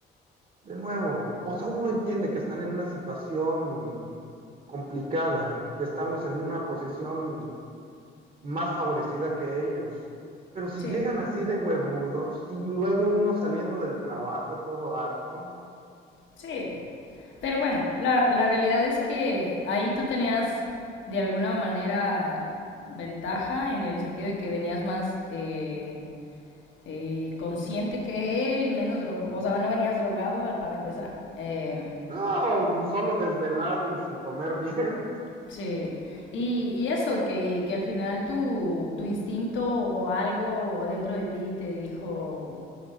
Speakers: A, on the right; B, on the left.
A: De nuevo, o sea, uno entiende que están en una situación complicada, que estamos en una posición más favorecida que ellos. Pero si
B: sí,
A: llegan así de huevudos y luego uno saliendo del trabajo todo harto,
B: sí. Pero bueno, la, la realidad es que ahí tú tenías de alguna manera ventaja en el sentido de que venías más eh, eh, consciente que él y menos drogado, o sea, no venías drogado al- para empezar. Eh,
A: no, solo desvelado y sin comer bien. <laughs>
B: sí, y, y eso, que, que al final tu, tu instinto o algo dentro de ti te dijo,